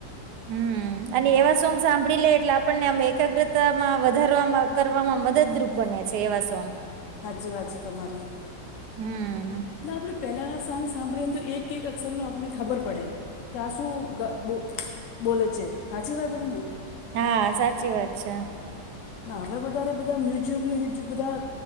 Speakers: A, on the right; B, on the left.
A: હમ અને એવા સોંગ સાંભળી લે એટલે આપણને આમ એકાગ્રતામાં વધાર કરવામાં મદદરૂપ બને છે એવા સોંગ <inaudible>
B: હાચી વાત છે તમારી
A: હમ
B: ના આપણે પહેલાંના સાંગ સાંભળીએને તો એક એક અક્ષરનું આપણને ખબર પડે કે આ શું બો બોલે છે સાચી વાત કે નહીં
A: હા સાચી વાત છે
B: ના હવે વધારે બધા મ્યુઝ્યિક બધા